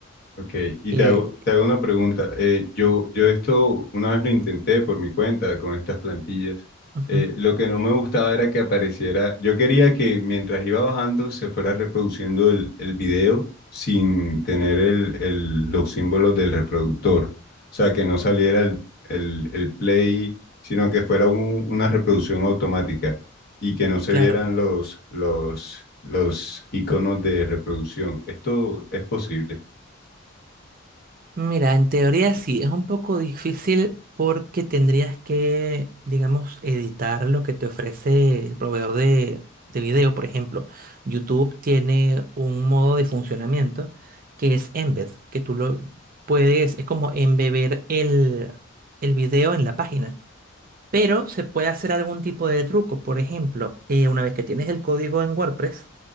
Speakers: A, on the left (about 50°); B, on the right (about 45°).
A: Ok, y
B: Eh,
A: te hago, te hago una pregunta. Eh, yo, yo esto una vez lo intenté por mi cuenta con estas plantillas.
B: ujú,
A: Eh, lo que no me gustaba era que apareciera, yo quería que mientras iba bajando se fuera reproduciendo el, el video sin tener el, el- los símbolos del reproductor. O sea, que no saliera el, el, el play, sino que fuera un- una reproducción automática y que no se
B: claro.
A: vieran los, los, los iconos de reproducción. ¿Esto es posible?
B: Mira, en teoría sí, es un poco difícil porque tendrías que, digamos, editar lo que te ofrece el proveedor de, de video. Por ejemplo, YouTube tiene un modo de funcionamiento que es embed, que tú lo puedes, es como embeber el, el video en la página. Pero se puede hacer algún tipo de truco. Por ejemplo, eh, una vez que tienes el código en WordPress,